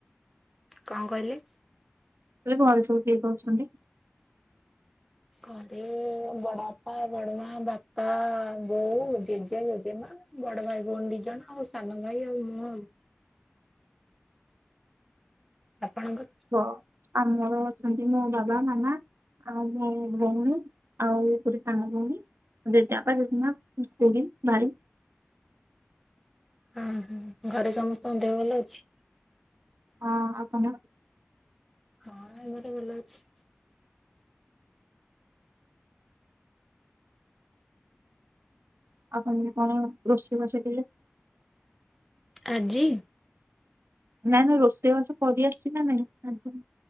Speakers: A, in the centre; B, on the right.
A: କଣ କହିଲେ?
B: କହିଲି ଘରେ ସବୁ କିଏ କିଏ ଅଛନ୍ତି?
A: ଘରେ ବଡଆପା, ବଡ ମା, ବାପା, ବୋଉ, ଜେଜେ, ଜେଜେମା। ବଡ ଭାଇ, ଭଉଣୀ ଦି ଜଣ। ଆଉ ସାନ ଭାଇ ଆଉ ମୁଁ ଆଉ। ଆପଣଙ୍କର?
B: କୁହ,, ଆମର ଅଛନ୍ତି ମୋ ବାବା, ମାମା। ଆଉ ଭଉଣୀ, ଭଉଣୀ ଆଉ ଗୋଟେ ସାନ ଭଉଣୀ। ଜେଜେ ବାପା, ଜେଜେ ମା, ଖୁଡି, ଭାଇ।
A: ହଁ ହଁ। ଘରେ ସମସ୍ତଙ୍କ ଦେହ ଭଲ ଅଛି?
B: ହଁ ଆପଣ?
A: ହଁ ଏମିତି ଭଲ ଅଛି।
B: ଆଉ ତମେ କଣ ରୋଷେଇ ବାସ
A: ଆଜି?
B: ନାଇଁ ନାଇ ରୋଷେଇବାସ କରିଆସିଛି ନା ନାଇଁ?